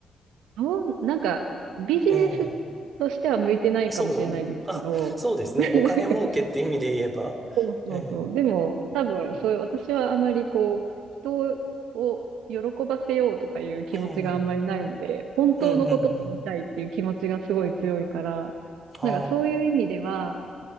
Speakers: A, on the right; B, on the right.
A: どう、なんかビジネスとしては向いてないかもしれないですけど、
B: ええそう、あ、そうですね。
A: <laughs>
B: お金儲けって意味で言えば。
A: そうそう。
B: ええ
A: でも、多分、
B: う
A: そういう、私はあまりこう、人を喜ばせようとかいう気持ちがあんまりないので、
B: んえ
A: 本当のことを言いたいっていう気持ちがすごい強いから、
B: え、うんうんうん。あ
A: なんかそういう意味では、